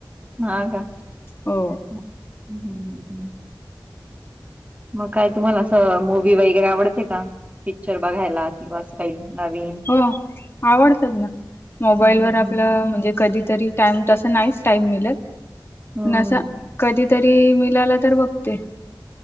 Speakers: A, on the right; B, on the left.
A: हा का
B: हो
A: हम्म हम्म मग काय तुम्हाला असं मूवी वगैरे आवडते का पिक्चर बघायला किंवा असं काही नवीन
B: हो आवडतात ना मोबाईलवर
A: हं, हं,
B: आपलं
A: हं.
B: म्हणजे कधीतरी टाइम तसं नाहीच टाईम मिलत
A: हं.
B: पण असं कधीतरी मिलाला तर बघते.